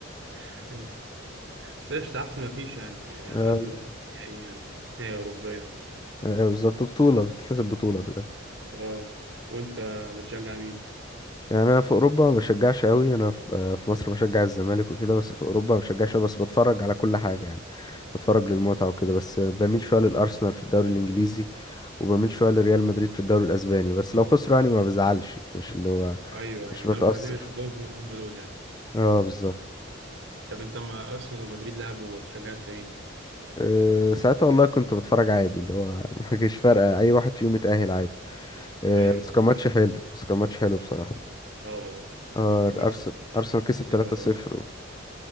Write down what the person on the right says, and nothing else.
<laughs> بس قشطة احسن ما فيش يعني يعني على
الاقل نهائي يعني نهائي اوروبيه
اه وانت بتشجع مين
ايوه
يعني
اكتر اتنين بتحبهم هم هم دول يعني
طب انت ما ارسنال ومدريد لعبوا وشجعت مين؟
ايوه
ايوه
اه والله
ارسنال آه،
نبي
على الله،